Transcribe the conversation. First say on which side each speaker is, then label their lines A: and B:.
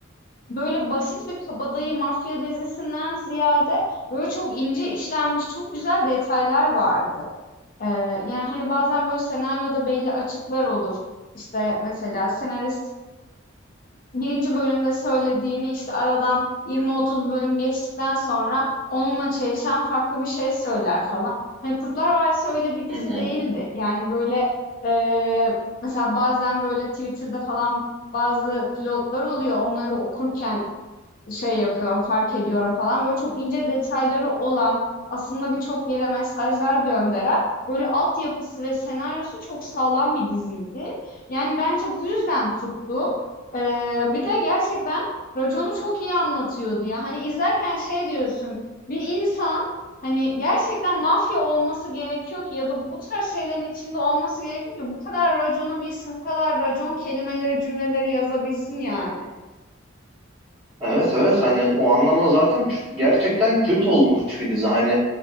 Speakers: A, on the left; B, on the right.
A: böyle basit bir kabadayı mafya dizisinden ziyade böyle çok ince işlenmiş çok güzel detaylar vardı. Eee, yani hani bazen böyle senaryoda belli açıklar olur. İşte mesela senarist birinci bölümde söylediğini işte aradan 20-30 bölüm geçtikten sonra onunla çelişen farklı bir şey söyler falan. Hani Kurtlar Vadisi öyle bir dizi
B: Hı hı.
A: değildi. Yani böyle eee, mesela bazen böyle Twitter'da falan bazı pilotlar oluyor. Onları okurken şey yapıyorum, fark ediyorum falan. Böyle çok ince detayları olan, aslında birçok yere mesajlar gönderen, böyle altyapısı ve senaryosu çok sağlam bir diziydi. Yani bence bu yüzden tuttu. Ee, bir de gerçekten raconu çok iyi anlatıyordu ya. Hani izlerken şey diyorsun, bir insan hani gerçekten mafya olması gerekiyor ki ya da bu tarz şeylerin içinde olması gerekiyor ki bu kadar raconu bilsin, bu kadar racon kelimeleri, cümleleri yazabilsin yani.
B: Evet evet hani o anlamda zaten ç- gerçekten kült olmuş bir dizi. Hani